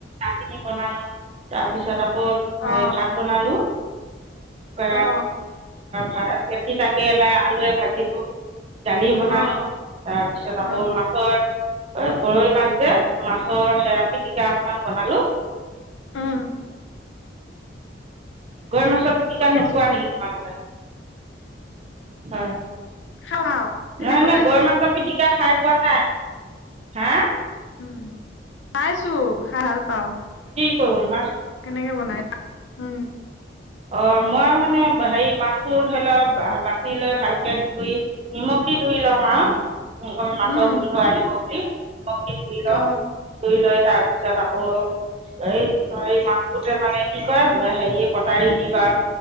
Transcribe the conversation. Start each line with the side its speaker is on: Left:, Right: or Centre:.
Right: চিনি বনালো তাৰ পিছত আকৌ হ
Left: অ
Right: ভাত বনালো এ
Left: অ
Right: ভা তিতা কেৰেলা টোৱে ভাজিলো দালি বনালো,
Left: অ
Right: তাৰপিছত আকৌ
Left: অ
Right: মাছৰ গৰ মাছ যে মাছৰ সেয়া পিটিকা অকমান বনালো
Left: ও'
Right: গৰৈ মাছৰ পিটিকা নোখোৱা
Left: আছো
Right: নেকি তোমালোকে? হয়।
Left: খাওঁ খাওঁ কেনেকে
Right: নহ
Left: বনাইছে
Right: নহয় গৰৈ মাছৰ পিতিকা খাই পোৱা নাই? হা
Left: উম পাইছো, খাই ভাল পাওঁ।
Right: সৰু মাছ।
Left: কেনেকে বনাই, উম
Right: অ' মই মানে হেৰি মাছটো ধৰি লওঁক বাচি লৈ ভালকে ধুই নিমখ দি ধুই লওঁ আৰু। মাছৰ
Left: উম
Right: গোন্ধ আহিব বুলি নিমখ দি ধুই লওঁ,
Left: অ
Right: ধুই লৈ তাৰ তাৰপিছত আকৌ এই এই মাছটোতে মানে কি কয় হেৰি কটাৰী দি বা